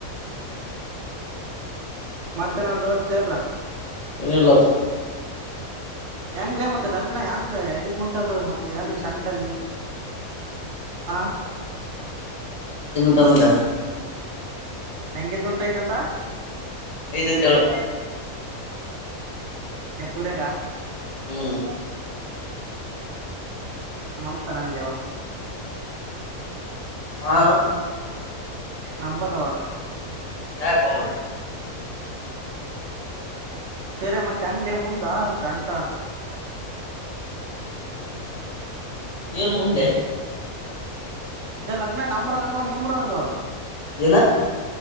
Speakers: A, on the right; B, on the left.
A: ಮತ್ತನ್ರ ದೋ <unintelligible>
B: ಏನಿಲ್ಲಪ್ಪ.
A: ಹೆಂಗ್ಲ ಮತ್ತೆ ಲಗ್ನ ಯಂಗ ಎಂಗೇಜ್ಮೆಂಟ್ ಅದು ಮತ್ತೆ ಏನು ಶಂಟ ನೀ ಹ ನನ್ ಹೇ
B: ತಗೋಂತಾ
A: ಎಂಗೇಜ್ಮೆಂಟ್ ಐತಿ ಅಂತ.
B: ಐತೆಂತ ಹೇಳ್
A: ಏ ಸೂರ್ಯ ಗಾ
B: ಹ್ಮ್
A: ನಂಬತಾನನಲೇ ಅವ
B: ಆ
A: ನಂಬಲ್ಲವಾ
B: ಯಾಕೋ ಮಾರಾಯ
A: ಸರಿ ಮತ್ತೆ ಹೆಂಗ್ಲೆ ಮುಂದ ಶೆಂಟಾ
B: ಏನು ಮುಂದ ಲೇ
A: ಏನ ಲಗ್ನ ನಮ್ಮೂರಾಗ್ ಆಗವ ನಿಮ್ಮೂರಾಗ್ ಆಗವ
B: ಏನ